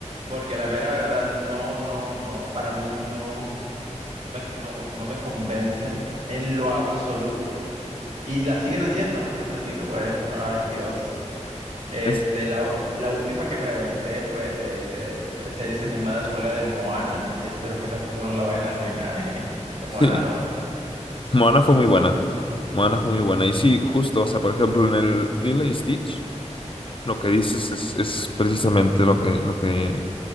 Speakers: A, on the right (about 80°); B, on the left (about 45°).
A: porque la mera verdad, no, no, no, para mí no me, no, no me convencen en lo absoluto. Y la siguen haciendo, entonces digo, bueno, ay Dios. Este,
B: es,
A: la, la última que me aventé fue de, de series animadas fue la de Moana, y espero que tampoco no la vayan a arruinar, <laughs> de Moana
B: sí.
A: 2.
B: Moana fue muy buena. Moana fue muy buena. Y sí, justo, o sea, por ejemplo, en el Lilo y Stitch, lo que dices es, es precisamente lo que, lo que